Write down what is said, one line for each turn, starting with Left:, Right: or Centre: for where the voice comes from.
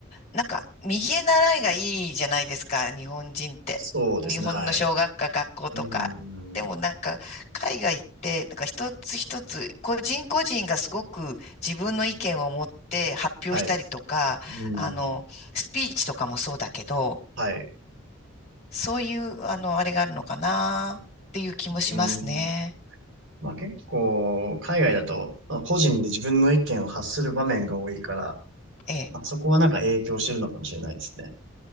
Left: なんか、右へ習いがいいじゃないですか、日本人って。
Right: そうですね、
Left: 日本の小学科、
Right: はい。
Left: 学校とか。
Right: うーん。
Left: でもなんか、海外って、なんか一つ一つ、個人個人がすごく自分の意見を持って発表したりとか、
Right: はい。うーん。
Left: あの、スピーチとかもそうだけど、
Right: はい。
Left: そういう、あの、あれがあるのかなっていう気もしますね。
Right: うーん。まあ、結構、海外だと、まあ個人で自分の意見を発する場面が多いから、
Left: ええ。
Right: まあそこはなんか影響してるのかもしれないですね。